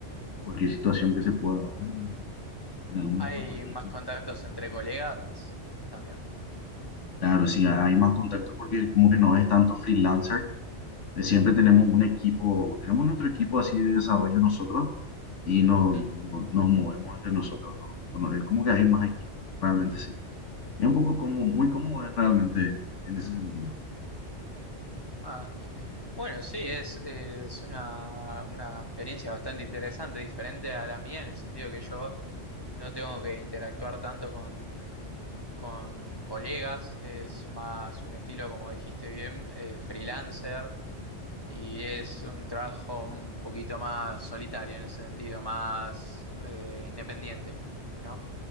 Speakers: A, on the left; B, on the left.
A: A cualquier situación que se pueda dar en, en- en algún
B: Hay
A: otro proyecto.
B: más contactos entre colegas también.
A: Claro, sí, hay más contacto porque como que no es tanto freelancer Eh, Siempre tenemos
B: Ujú,
A: un equipo, tenemos nuestro equipo así de desarrollo nosotros y no,
B: ujú.
A: no- nos movemos entre nosotros, ¿no? Bueno, es como que hay más equipo, realmente sí. Es un poco como, muy cómodo es realmente en ese sentido.
B: Ah, bueno, sí, es, es una, una experiencia bastante interesante, diferente a la mía, en el sentido que yo no tengo que interactuar tanto con, con colegas, es más un estilo, como dijiste bien, eh, freelancer. Y es un trabajo un poquito más solitario en ese sentido, más eh, independiente, ¿no?